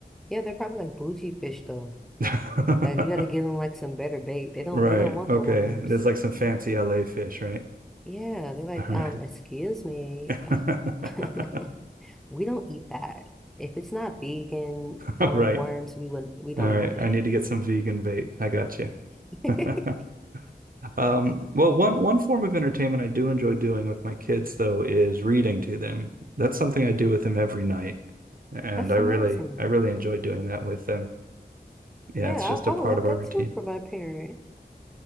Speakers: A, in the centre; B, on the right.
A: Yeah, they're probably like bougie fish though.
B: <laughs>
A: Like you got to give them like some better bait. They don't
B: Right.
A: they don't want
B: Okay.
A: the worms.
B: There's like some fancy LA fish, right?
A: Yeah, they're like,
B: All
A: um, excuse me.
B: right.
A: uh,
B: <laughs>
A: <laughs> We don't eat that. If it's not vegan,
B: All
A: um,
B: right.
A: worms, we wouldn't we don't
B: All right.
A: want
B: I
A: it.
B: need to get some vegan bait. I got you.
A: <laughs>
B: <laughs> Um, well, one one form of entertainment I do enjoy doing with my kids, though, is reading to them. That's something I do with them every night, and
A: That's
B: I really
A: amazing.
B: I really enjoy doing that with them. Yeah,
A: Yeah,
B: it's just a
A: I,
B: part
A: I would love
B: of
A: that
B: our routine.
A: too for my parent.